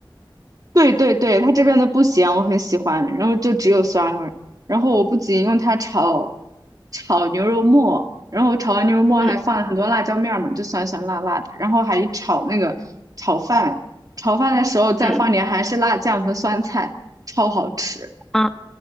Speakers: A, on the right; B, in the centre.
A: 对对对，它这边的不咸，我很喜欢，然后就只有酸味儿。然后我不仅用它炒炒牛肉末，然后我炒完牛肉末还放了很多辣椒面儿嘛，
B: 嗯
A: 就酸酸辣辣的。然后还炒那个炒饭，炒饭的时候再放点韩式辣酱和酸菜，
B: 嗯。
A: 超好吃。
B: 啊，